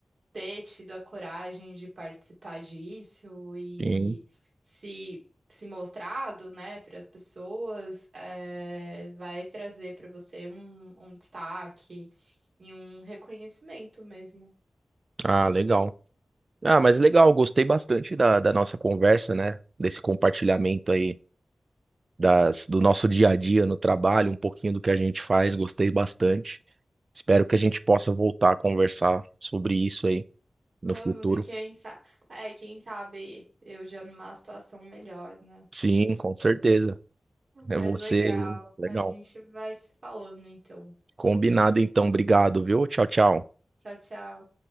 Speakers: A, on the right; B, on the right.
A: ter tido a coragem de participar disso e
B: Sim.
A: se se mostrado, né, para as pessoas, é, vai trazer pra você um, um destaque e um reconhecimento mesmo.
B: Ah, legal. Ah, mas legal, gostei bastante da, da nossa conversa, né? Desse compartilhamento aí das, do nosso dia a dia no trabalho, um pouquinho do que a gente faz, gostei bastante. Espero que a gente possa voltar a conversar sobre isso aí no
A: Vamos,
B: futuro.
A: e quem sabe, é, quem sabe eu já numa situação melhor, né?
B: Sim, com certeza. É
A: Mas
B: você.
A: legal.
B: Legal.
A: A gente vai se falando então.
B: Combinado então. Obrigado, viu? Tchau, tchau.
A: Tchau, tchau.